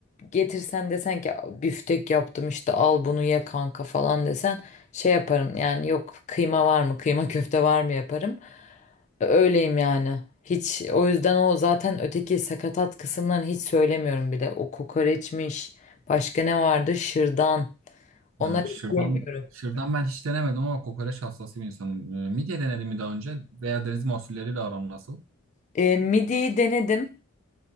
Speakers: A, on the left; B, on the right.
A: getirsen desen ki büftek yaptım işte al bunu ye kanka falan desen şey yaparım yani yok kıyma var mı kıyma köfte var mı yaparım. Öyleyim yani. Hiç o yüzden o zaten öteki sakatat kısımlarını hiç söylemiyorum bile. O kokoreçmiş. Başka ne vardı? Şırdan.
B: Ya
A: Ona
B: şırdan,
A: hiç yemiyorum.
B: şırdan ben hiç denemedim ama kokoreç hastası bir insanım. Ee, Midye denedim mi daha önce veya deniz mahsulleriyle aran nasıl?
A: E, midiyi denedim